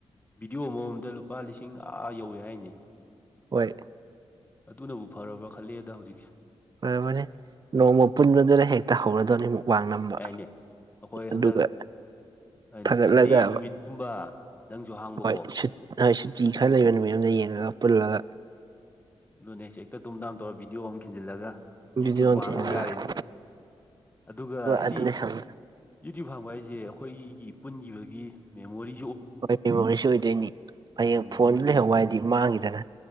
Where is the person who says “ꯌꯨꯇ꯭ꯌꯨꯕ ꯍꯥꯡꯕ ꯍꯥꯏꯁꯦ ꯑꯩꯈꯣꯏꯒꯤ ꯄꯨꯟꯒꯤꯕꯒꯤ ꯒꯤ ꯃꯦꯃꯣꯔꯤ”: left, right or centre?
Left